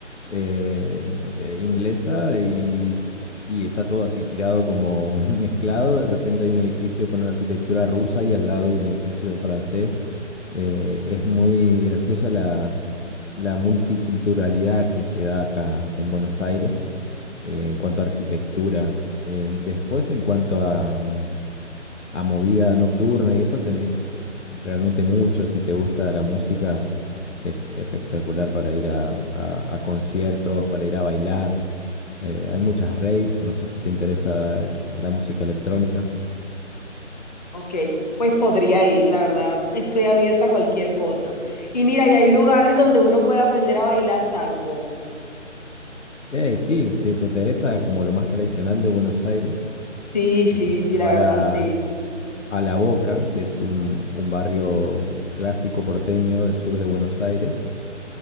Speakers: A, on the left; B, on the left.
A: eh, no sé, inglesa y, y está todo así tirado como <laughs> mezclado. De repente hay un edificio con una arquitectura rusa y al lado un edificio francés. Eh, es muy graciosa la, la multiculturalidad que se da acá en Buenos Aires eh, en cuanto a arquitectura. Eh, después, en cuanto a, mm, a movida nocturna y eso tenés realmente mucho. Si te gusta la música, es espectacular para ir a, a- a conciertos, para ir a bailar. Eh, hay muchas raves, no sé si te interesa la música electrónica.
B: Ok, pues podría ir, la verdad. Estoy abierta a cualquier cosa. Y mira, y hay lugares donde uno puede aprender a bailar tango.
A: Eh, sí, te, te interesa como lo más tradicional de Buenos Aires.
B: Sí, sí,
A: Te puedo
B: sí,
A: llevar
B: la verdad,
A: a,
B: sí.
A: a La Boca, que es un, un barrio clásico porteño del sur de Buenos Aires,